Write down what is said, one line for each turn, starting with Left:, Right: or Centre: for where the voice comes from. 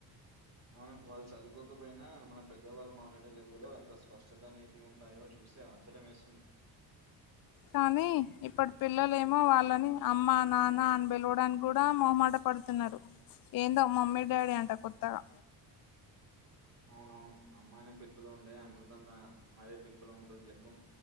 Right: అవును వాళ్ళు చదువుకోకపోయినా మన పెద్దవాళ్ళు మాట్లాడే తెలుగులో ఎంత స్పష్టత నీతి ఉంటాయో చూస్తె ఆశ్చర్యమేస్తుంది
Left: కానీ ఇప్పటి పిల్లలు ఏమో వాళ్ళని అమ్మ నాన్న అని పిలవడానికి కూడా మొహమాట పడుతున్నారు ఏందో మమ్మీ డాడీ అంట కొత్తగా
Right: అవునవును అమ్మానే పిలుపులో ఉండే అమృతం మరే పిలుపులో ఉంటుంది చెప్పు